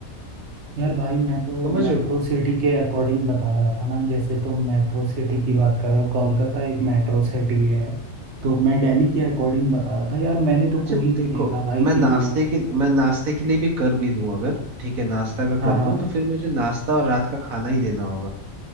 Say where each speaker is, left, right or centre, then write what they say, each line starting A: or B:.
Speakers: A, on the right (about 55°); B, on the right (about 80°).
A: यार भाई मैं तो
B: समझ
A: मेट्रो
B: रहे हो?
A: सिटी के अकॉर्डिंग बता रहा था ना जैसे तुम मेट्रो सिटी की बात कर रहे हो कोलकाता एक मेट्रो सिटी है तो मैं दिल्ली के अकॉर्डिंग बता रहा था यार मैंने तो
B: अच्छा
A: कोई नहीं
B: देखो
A: देखा भाई
B: मैं नाश्ते
A: कि जो
B: के मैं नाश्ते के लिए भी कर भी दूं अगर ठीक है नाश्ता का
A: हाँ
B: कर
A: हाँ
B: दूं तो फिर मुझे नाश्ता और रात का खाना ही देना होगा